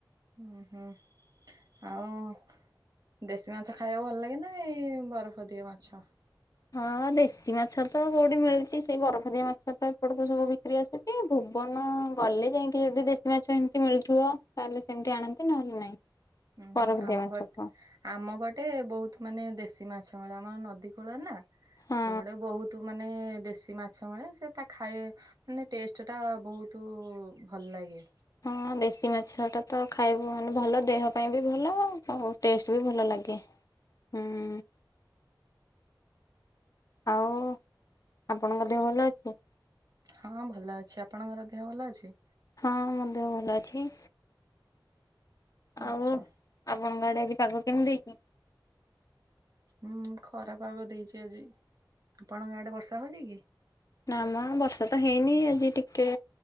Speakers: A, on the right; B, on the left.
A: ହୁଁ -ହୁଁ। ଆଉ ଦେଶୀ ମାଛ ଖାଇବାକୁ ଭଲ ଲାଗେ ନା ଏଇ ବରଫ ଦିଆ ମାଛ?
B: ହଁ ଦେଶୀ ମାଛ ତ କଉଠି ମିଳୁଚି ସେଇ ବରଫ ଦିଆ ମାଛ ତ ଏପଟକୁ ସବୁ ବିକ୍ରି ଆସୁଚି। ଏ ଭୁବନ ଗଲେ ଯାଇକି ଯଦି ଦେଶୀ ମାଛ ଏମିତି ମିଳୁଥିବ ତାହେଲେ ସେମିତି ଆଣନ୍ତି ନହେଲେ ନାଇଁ।
A: ହୁଁ -ହୁଁ
B: ବରଫଦିଆ
A: ଆମ
B: ମାଛ
A: ବଟ୍
B: କଣ।
A: ଆମ ପଟେ ବହୁତ୍ ମାନେ ଦେଶୀ ମାଛ ମିଳେ ଆମର ନଦୀ କୂଳରେ ନା।
B: ହଁ
A: ସେପଟେ ବହୁତୁ ମାନେ ଦେଶୀ ମାଛ ମିଳେ ସେ ତା ଖାଏ ମାନେ ଟେଷ୍ଟେ ଟା ବହୁତୁ ଭଲ ଲାଗେ।
B: ହଁ ଦେଶୀ ମାଛ ଟା ତ ଖାଇବୁ ମାନେ ଭଲ ଦେହ ପାଇଁ ବି ଭଲ ଆଉ। ହ -ହଉ ଟେଷ୍ଟ୍ ବି ଭଲ ଲାଗେ -ହୁଁ। ଆଉ ଆପଣଙ୍କ ଦେହ ଭଲ ଅଛି ତ?
A: ହଁ ଭଲ ଅଛି। ଆପଣଙ୍କର ଦେହ ଭଲ ଅଛି?
B: ହଁ ମୋ ଦେହ ଭଲ ଅଛି।
A: ଆଚ୍ଛା
B: ଆଉ ଆପଣଙ୍କ ଆଡେ ଆଜି ପାଗ କେମିତି ଦେଇଚି?
A: ହୁଁ ଖରା ପାଗ ଦେଇଚି ଆଜି। ଆପଣଙ୍କ ଆଡେ ବର୍ଷା ହଉଚି କି?
B: ନା ମ ବର୍ଷା ତ ହେଇନି ଆଜି ଟିକେ